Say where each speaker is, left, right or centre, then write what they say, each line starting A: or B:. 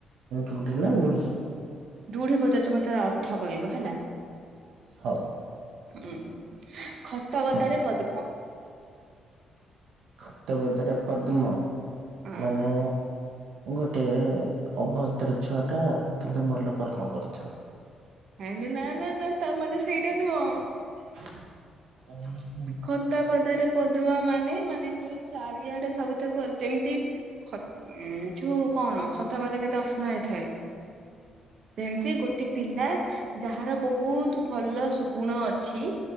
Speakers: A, on the right; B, on the right.
A: ରୁଢି ନା ବୁଢ଼ି।
B: ରୁଢି ପଚାରୁଛି ମତେ ଅର୍ଥ କହିବ ହେଲା?
A: ହଉ।
B: ହଁ, ଖତ ଗଦାରେ
A: ହଁ
B: ପଦ୍ମ?
A: ଖତଗଦାରେ ପଦ୍ମ,
B: ହଁ
A: ମାନେ ଗୋଟେ ଅଭଦ୍ର ଛୁଆ ଟା କିନ୍ତୁ ଭଲ କର୍ମ କରିଥିବ।
B: ଏଇ ନା ନା ନା ତା ମାନେ ସେଇଟା ନୁହଁ।
A: କ <unintelligible>
B: ଖତ କଦାରେ ପଦ୍ମା ମାନେ, ମାନେ ଯୋଉ ଚାରିଆଡେ ସବୁଥି ଯେମିତି ଉଁ ତୁ କଣ ଖତା ଖତା କେତେ ଅସ୍ନା ହେଇଥାଏ? ସେମିତି ଗୋଟେ ପିଲା ଯାହାର ବହୁତ ଭଲ ସୁଗୁଣ ଅଛି,